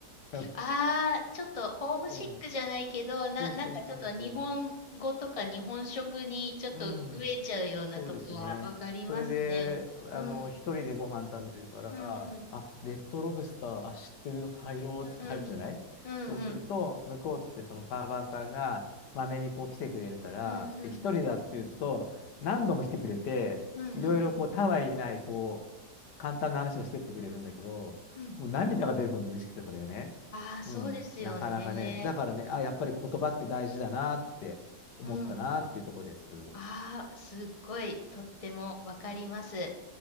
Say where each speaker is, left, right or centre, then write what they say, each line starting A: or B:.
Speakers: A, on the left; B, on the left.
A: た。<laughs> あ
B: ああ、ちょっとホームシックじゃないけど、
A: の
B: な、
A: そうそうそうそうそう。
B: なんかちょっと日本語とか日本食にちょっと飢えちゃうようなとこはわかりますね。
A: うん。そうですね。それで、あの、
B: うん。
A: 一人でご飯食べるから、
B: うんうん。
A: あ、レッドロブスター、あ、知ってる、入ろうっつって入るじゃないそうすると、
B: うんうん。うんうん。
A: 向こうってそのサーバーさんが、まめにこう来てくれるから、
B: うんうん。
A: で、一人だっていうと、何度も来てくれて、
B: うんうん。
A: いろいろこう、たわいない、こう、簡単な話をしてってくれるんだけど、
B: うん。
A: もう涙が出るほど嬉しくて、それがね。
B: ああ、そうですよね。
A: うん、なかなかね、だからね、あ、やっぱり言葉って大事だなって思ったなっていうところです。
B: うん。ああ、すっごいとってもわかります。